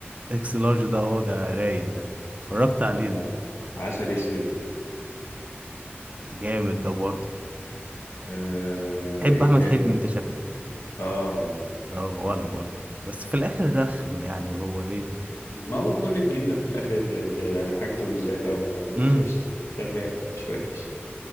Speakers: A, on the right (about 30°); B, on the left (about 75°).
A: اكس لارج ده اه ده رايق ده اتفرجت عليه
B: اه
A: ده
B: عسل اسود
A: جامد ده برضه
B: آه
A: تحب
B: ايه
A: احمد
B: تاني
A: حلمي انت شكلك
B: اه اه
A: اه ولا برضه بس في الاخر رخم يعني وهو ايه
B: ما هو كل الجيل ده في الاخر ك- يعني حاجته مش زي الاول يعني بس
A: امم
B: قشطة شغال مش وحش